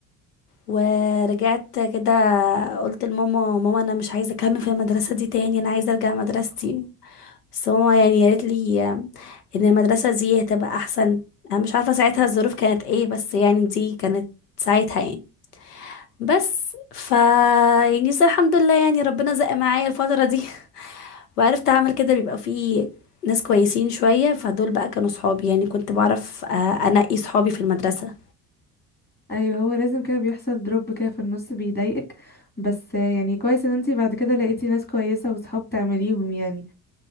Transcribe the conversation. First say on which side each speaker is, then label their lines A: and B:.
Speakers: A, on the left; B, on the left.
A: ورجعت كده قلت لماما ماما انا مش عايزه اكمل في المدرسه دي تاني انا عايزه ارجع مدرستي بس ماما يعني قالت لي ان المدرسه دي هتبقى احسن انا مش عارفه ساعتها الظروف كانت ايه بس يعني دي كانت ساعتها يعني بس ف يعني بس الحمد لله يعني ربنا زق معايا الفتره دي <laughs> وعرفت اعمل كده بيبقى فيه ناس كويسين شويه فدول بقى كانوا صحابي يعني كنت بعرف آه، انقي صحابي في المدرسه
B: ايوه هو لازم كده بيحصل دروب كده في النص بيضايقك بس آه، يعني كويس ان انتي بعد كده لقيتي ناس كويسة وصحاب تعمليهم يعني